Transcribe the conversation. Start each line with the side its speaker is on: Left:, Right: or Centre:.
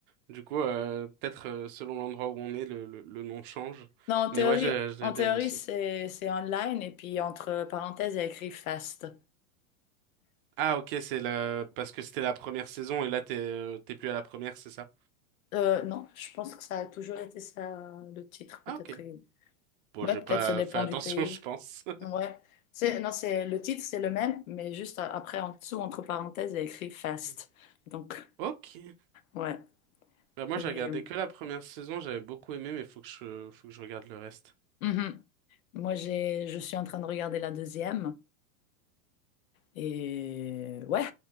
Right: Du coup euh, peut-être euh, selon l'endroit où on est le, le, le nom change.
Left: Non, en théorie,
Right: Mais ouais j'ai j'ai
Left: en
Right: bien
Left: théorie
Right: aimé aussi.
Left: c'est c'est online et puis entre parenthèses, il y a écrit fast.
Right: Ah ok c'est la parce que c'était la première saison et là t'es euh, t'es plus à la première c'est ça?
Left: Euh, non, je pense que ça a toujours été ça, le titre, peut-être.
Right: Ah ok. Bon
Left: Ouais,
Right: j'ai
Left: peut-être
Right: pas
Left: ça dépend
Right: fait attention
Left: du pays.
Right: <laughs> je pense.
Left: Ouais. C'est, non, c'est, le titre, c'est le même, mais juste a- après, en dessous, entre parenthèses, il y a écrit Fast.
Right: <laughs>
Left: Donc,
Right: Ok.
Left: ouais.
Right: Bah, moi,
Left: Et
Right: j'ai regardé que la première saison, j'avais beaucoup aimé, mais faut que je, faut que je regarde le reste.
Left: mhm. Moi, j'ai, je suis en train de regarder la deuxième. Et ouais,